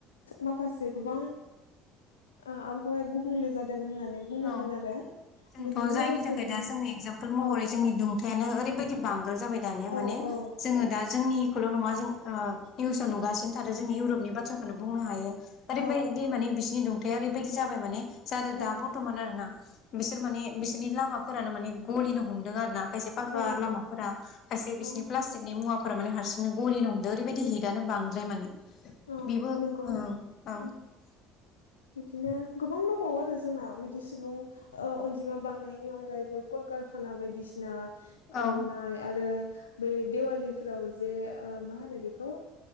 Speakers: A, on the left; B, on the left.
A: माखासे गोबां। आबहावाया गुबुंले जादों होननानै। बुंनांगोन
B: औ
A: आरो
B: जोंथ'
A: बेजों
B: जायनि
A: लोगोसेनो
B: थाखाय दा जोंनि एक्जामपोल
A: औ
B: महरै जोंनि दथ ओैबाय बांग्रो जाबाय दानिया
A: औ
B: माने
A: औ
B: जों दा जों। जोंनिखौल' नङा जों निउसाव नुगासिनो थारो जों इउपनि बाथ्राखौनो बुंनो हायो। ओरैबायदि
A: औ
B: माने बिसिोरनि दुंथाया ओरैबायदि जाबाय माने जादों
A: औ
B: दाबो। ना बिसोर माने बिसोरनि लामाफोरानो माने गलिनो हम। आरो ना बेसे फाखा
A: औ
B: लामा फोरा खायसे
A: औ
B: बिसनि फलासतीक नि मुआ फोरखौ । मान हारंनो गलिनो हमदों ओरैबायदि हिटआानोांद्रायाने।
A: औ
B: बेबो
A: नंगौ
B: ओं औओं।
A: औ बिदिनो गोबां दंबावो आरो जोंना बिदि सुबुं अनजिमा बांनायनि अनगायैबो। ककारखाना बायदिसिना खालामनाय
B: औ
A: आरो। बै दिेवलिफ्राव जे मा होनो बेखौ।